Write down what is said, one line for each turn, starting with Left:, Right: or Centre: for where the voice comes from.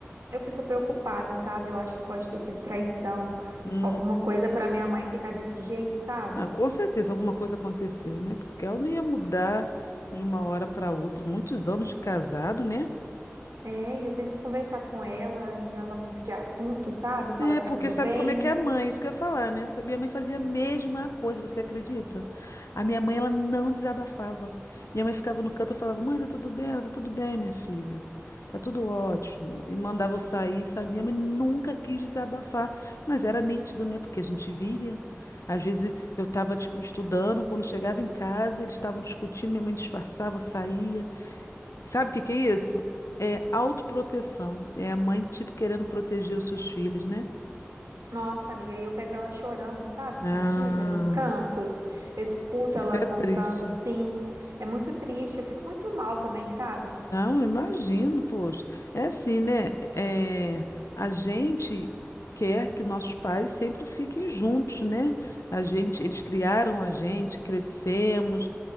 Right: Eu fico preocupada, sabe? Eu acho que pode ter sido traição,
Left: Hum.
Right: alguma coisa pra minha mãe ficar desse jeito, sabe?
Left: Ah, com certeza alguma coisa aconteceu, né? Porque ela não ia mudar de uma hora para outra, muitos anos de casado, né?
Right: É, e eu tento conversar com ela e ela muda de assunto, sabe? Fala
Left: É,
Right: que
Left: porque
Right: tá tudo
Left: sabe
Right: bem.
Left: como é que é a mãe, isso que eu ia falar, né? Sa- Minha mãe fazia a mesma coisa, você acredita? A minha mãe, ela não desabafava. Minha mãe ficava no canto e falava: Mãe, tá tudo bem? Ela, Tá tudo bem, minha filha. Tá tudo ótimo. E mandava eu sair, sabe? Minha mãe nunca quis desabafar, mas era nítido, né? Porque a gente via. Às vezes eu tava, tipo, estudando, quando chegava em casa, eles estavam discutindo, minha mãe disfarçava, saía. Sabe o que que é isso? É autoproteção. É a mãe, tipo, querendo proteger os seus filhos, né?
Right: Nossa, amiga, e eu pego ela chorando, sabe, escondida
Left: Ah,
Right: nos cantos. Eu escuto
Left: isso
Right: ela
Left: é
Right: contando
Left: triste.
Right: assim. É muito triste, eu fico muito mal também, sabe?
Left: Não, eu imagino, poxa. É assim, né? É, a gente quer que nossos pais sempre fiquem juntos, né? A gente, eles criaram a gente, crescemos